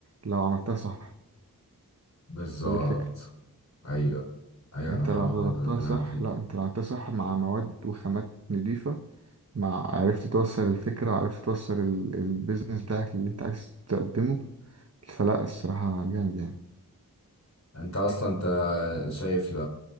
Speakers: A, on the right; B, on the left.
A: لو عملتها صح
B: بالظبط
A: فدي الفكره
B: ايوه ايوه
A: انت
B: انا فاهمك
A: لو ظبطتها
B: وانا ده اللي بكلمك
A: صح
B: فيه
A: لا انت لو عملتها صح مع مواد وخامات نضيفه مع عرفت توصل الفكره وعرفت توصل ال- البيزنس بتاعك اللي انت عايز تقدمه فلا الصراحه جامد يعني
B: انت اصلا انت شايف ل...